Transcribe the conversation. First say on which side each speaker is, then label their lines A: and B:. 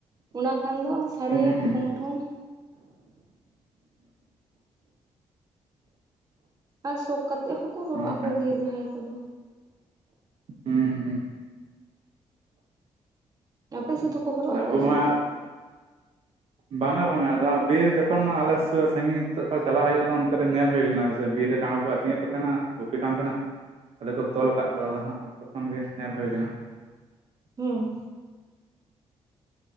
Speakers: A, on the right; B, on the right.
A: ᱚᱱᱟ ᱠᱷᱟᱱ ᱫᱚ ᱥᱟᱲᱮᱭᱟ
B: ᱦᱩᱸ ᱦᱩᱸ
A: ᱴᱷᱚᱝ ᱴᱷᱚᱝ, ᱟᱨ ᱥᱚᱠ ᱠᱟᱛᱮᱫ ᱦᱚᱸ ᱠᱚ ᱦᱚᱨᱚᱜ
B: ᱦᱩᱸ ᱚᱱᱠᱟᱱ
A: ᱟᱠᱚ ᱜᱮᱭᱟ ᱡᱟᱦᱟᱸᱭ ᱠᱚ ᱫᱚ,
B: ᱦᱩᱸ ᱦᱩᱸ
A: ᱟᱯᱮ ᱥᱮᱫ ᱫᱚ ᱠᱚ ᱦᱚᱨᱚᱜ ᱟᱠᱚᱣᱟ
B: ᱟᱵᱚ
A: ᱥᱮ
B: ᱢᱟ ᱦᱟᱸᱜ
A: ᱪᱮᱫ,
B: ᱵᱟᱝᱟ ᱵᱟᱝᱟ ᱟᱫᱚ ᱵᱤᱨ ᱡᱚᱠᱷᱚᱱ ᱟᱞᱮ ᱥᱳ ᱥᱟᱺᱜᱤᱧ ᱥᱳ ᱛᱷᱚᱲᱟ ᱪᱟᱞᱟᱜ ᱦᱳᱭᱳᱜᱼᱟ ᱟᱫᱚ ᱚᱱᱛᱮ ᱨᱮ ᱧᱮᱞ ᱦᱳᱭ ᱞᱮᱱᱟ ᱵᱤᱨ ᱨᱮ ᱰᱟᱝᱨᱟ ᱠᱚ ᱟᱛᱤ ᱟᱛᱤᱧᱮᱫ ᱠᱚ ᱛᱟᱦᱮᱱᱟ ᱜᱩᱯᱤ ᱠᱟᱱ ᱛᱟᱦᱮᱱᱟ ᱟᱫᱚ ᱠᱚ ᱛᱚᱞ ᱠᱟᱫ
A: ᱦᱩᱸ
B: ᱠᱚᱣᱟ ᱟᱫᱚ ᱦᱟᱸᱜ ᱛᱚᱠᱷᱚᱱ ᱜᱮ ᱧᱮᱞ ᱦᱳᱭ ᱞᱮᱱᱟ,
A: ᱦᱩᱸ